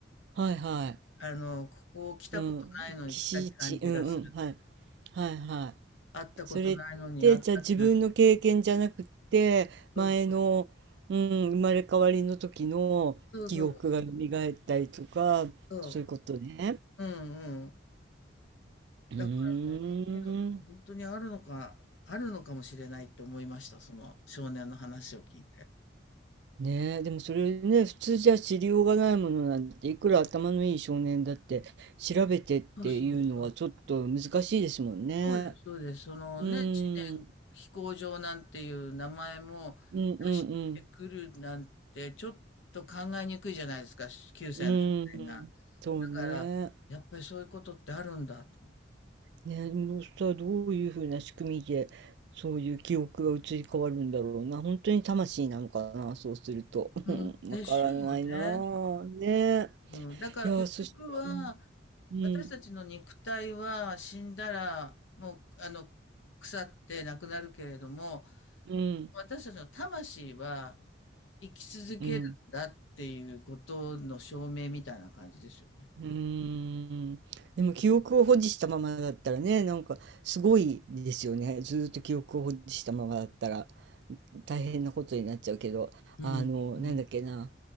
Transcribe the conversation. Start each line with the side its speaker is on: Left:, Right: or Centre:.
Right: はいはい。
Left: あの、ここ来たことないのに来た感じがするとか、
Right: うん。岸地。うんうん。はい。はいはい。
Left: 会ったことないのに会った気がする。
Right: それって、じゃあ自分の経験じゃなくて、
Left: そうそう。
Right: 前の、うん、生まれ変わりの時の記憶が蘇ったりとか、
Left: そうそうそうそう。そ
Right: そういうことね。
Left: う。うんうん。
Right: うーん。
Left: だから、そういうのって本当にあるのかあるのかもしれないって思いました。その少年の話を聞いて。
Right: ねえ、でもそれね、普通じゃ知りようがないものなんて、いくら頭のいい少年だって調べてっていうのはちょっと難しいですもんね。
Left: そうそうそう。そうですそうです。そのね、
Right: うーん。
Left: 知念飛行場なんていう名前も出してくるなんて、
Right: うんうん
Left: ちょっと考えにくいじゃないですか、し9歳の少年が。
Right: うん。うーん。そうね。
Left: だから、やっぱりそういうことってあるんだと。
Right: ね、でもしたらどういうふうな仕組みで、そういう記憶が移り変わるんだろうな。本当に魂なのかな、そうすると。<laughs>
Left: うん、
Right: うん、
Left: でしょうね。
Right: わからないなあ。ねえ。
Left: うん、だから結局は、
Right: いや、そしたらうん、うん、
Left: 私たちの肉体は死んだら、もう、あの、腐ってなくなるけれども、
Right: うん、
Left: 私たちの魂は生き続けるんだっていうことの証明みたいな感じですよね。
Right: うん。うーん。でも記憶を保持したままだったらね、なんかすごいですよね。ずーっと記憶を保持したままだったら大変なことになっちゃうけど、
Left: うん。
Right: あの、
Left: うん。
Right: なんだっけな。